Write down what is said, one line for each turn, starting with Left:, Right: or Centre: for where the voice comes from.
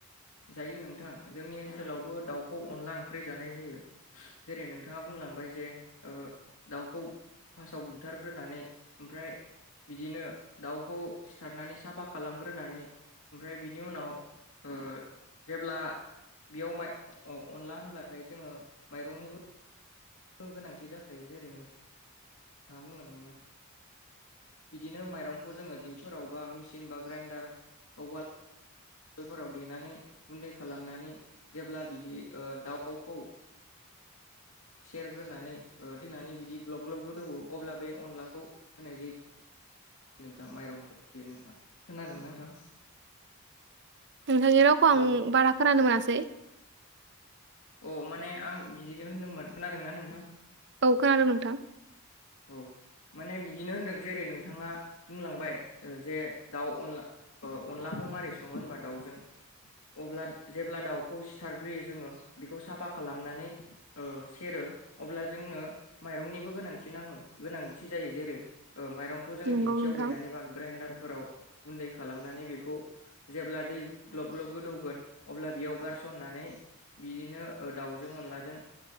Left: जायो नोंथां जोंनि ओनसोलावबो दाउखौ अनला ओंख्रि जानाय जायो। जेरै नोंथाङा बुंलांबाय जे ओ दाउखौ फार्सआव बुथारग्रोनानै ओमफ्राय बिदिनो दाउखौ सिथारनानै साफा खालामग्रोनानै ओमफ्राय बिनि उनाव ओ जेब्ला बेयाव माइ अनला होनब्लाथाय जोङो माइरंनिबो गोनांथि जाखायो जेरै नोंथां नोंथाङा बुंलांदोंमोन बिदिनो माइरंखौ जोङो दिंखिफोरावबा मेसिन बा ग्राइन्डार <unintelligible> फोराव देनानै गुन्दै खालामनानै जेब्ला बिदि ओ दाउखौ सेरग्रोनानै देनानै बिदि ग्लब ग्लब दौवो अब्ला बे अनलाखौ होनाय जायो नोंथां माइरंखौ होयो नोंथां खोनादोंना नोंथां
Right: नोंथांनि रावखौ आं
Left: हेलौ
Right: बारा खोनानो मोना सै
Left: अ माने आं बिदिनो होनदोंमोन खोनादोंना नोंथां
Right: औ खोनादों नोंथां
Left: औ माने बिदिनो होनदों जेरै नोंथाङा बुंलांबाय जे दाउ अनला ओ अनलाखौ मारै सङो होनबा दाउजों अब्ला जेब्ला दाउखौ सिथारग्रोयो जोङो बेखौ साफा खालामनानै ओ सेरो अब्ला जोंनो माइरंनिबो गोनां थि नाङो गोनांथि जायो जेरै ओ माइरंखौ जोङो
Right: नंगौ
Left: दिंखियाव
Right: नोंथां
Left: देनानैबा ग्राइडारफोराव गुन्दै खालामनानै बेखौ जेब्ला दै ग्लब ग्लब गोदौगोन अब्ला बेयाव गारसननानै बिदिनो ओ दाउजों अनलाजों